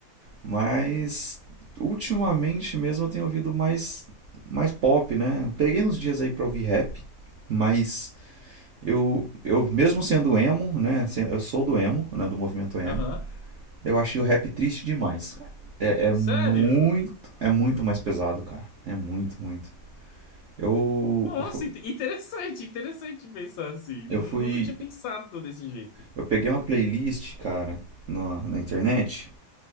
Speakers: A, on the right; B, on the left.
A: Mas ultimamente mesmo eu tenho ouvido mais mais pop, né? Peguei uns dias aí pra ouvir rap, mas eu eu mesmo sendo emo, né? se- Eu sou do emo, né? Do movimento emo.
B: Aham.
A: Eu achei o rap triste demais, cara. É, é
B: Sério?
A: muito, é muito mais pesado, cara. É muito, muito. Eu
B: Nossa,
A: eu fu-
B: inte- interessante, interessante pensar assim.
A: eu
B: Nu-
A: fui
B: Nunca tinha pensado desse jeito.
A: eu peguei uma playlist, cara, na, na internet